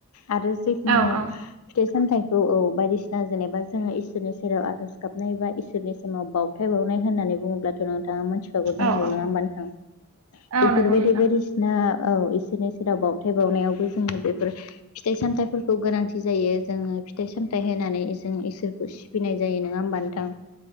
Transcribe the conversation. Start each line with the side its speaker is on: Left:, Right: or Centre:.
Left: आरो जेखुनु
Right: औ औ
Left: फिथाइ - सामथाय औ - औ बायदिसिना जेनेबा जोङो इसोरनि सेराव आर'ज गाबनाय एबा इसोरनि समाव बावथाय बावनाय होननानै होननानै बुङोब्लाथ' नोंथाङा मोनथिखागौ जानांगौ
Right: औ औ
Left: नङा होमब नोंथाङा
Right: औ
Left: बेफोरबायदि
Right: नंगौ नोंथां
Left: बायदिसिना औ इसोरनि सेराव बावथाय बावनायावबो जोंङो बेफोर फिथाइ- सामथायाइफोरखौ गोनांथि जायो जोङो। फिथाइ - सामथाय होनानै जों इसोरखौ सिबिनाय जायो नङा होमबा नोंथां